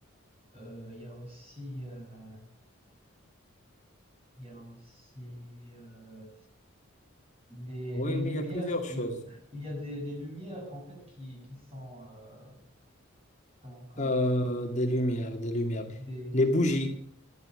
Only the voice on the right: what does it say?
Euh, Il y a aussi. euh, Il y a aussi euh, les,
les
lumières.
Il, il y a des, des lumières en fait qui, qui sont euh, comment, comment
dire
euh,
des,